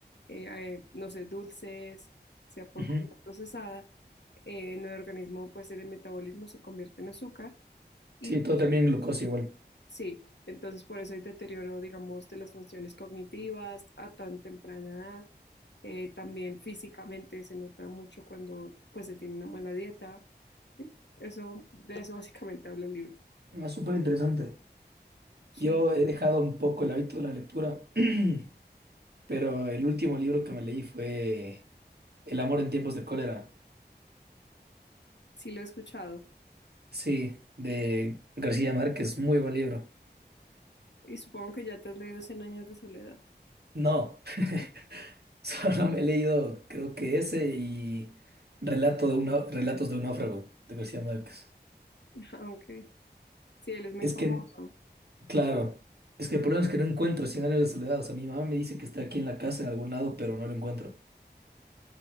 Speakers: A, on the left (about 80°); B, on the right (about 65°).
A: eh, eh, no sé, dulces, sea por
B: Ujú.
A: comida procesada, eh, en el organismo, pues el metabolismo se convierte en azúcar. Y
B: Sí, todo termina en glucosa igual.
A: Sí, entonces por eso hay deterioro, digamos, de las funciones cognitivas a tan temprana edad. Eh, también físicamente se nota mucho cuando pues se tiene una mala dieta. Sí, eso, de eso <laughs> básicamente habla el libro.
B: Ah, súper interesante.
A: Sí,
B: Yo he dejado un poco el hábito de la lectura, <clears throat> pero el último libro que me leí fue El amor en tiempos de cólera.
A: sí lo he escuchado.
B: Sí, de García Márquez. Muy buen libro.
A: Y supongo que ya te has leído Cien años de soledad,
B: No,
A: ¿no?
B: <laughs> solo me he leído, creo que ese y Relato de un, Nau- Relatos de un náufrago de García Márquez.
A: <laughs> Ah, Ok. Sí, él es muy
B: Es
A: famoso.
B: que Claro, es que el problema es que no encuentro Cien años de soledad. O sea, mi mamá me dice que está aquí en la casa en algún lado, pero no lo encuentro.